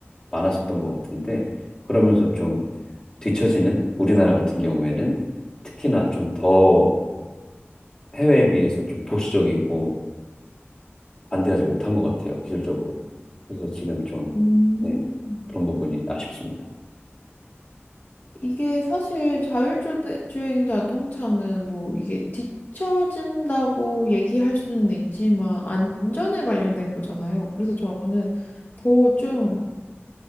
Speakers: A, on the left; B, on the left.
A: 많았었던 것 같은데 그러면서 좀 뒤처지는 우리나라 같은 경우에는 특히나 좀 더 해외에 비해서 좀 보수적이고 반대하지 못한 것 같아요, 기술적으로. 그래서 지금 좀,
B: 음,
A: 네, 그런 부분이 아쉽습니다.
B: 이게 사실 자율주행 자동차는 뭐 이게 뒤처진다고 얘기할 수는 있지만 안전에 관련된 거잖아요. 그래서 저는 더좀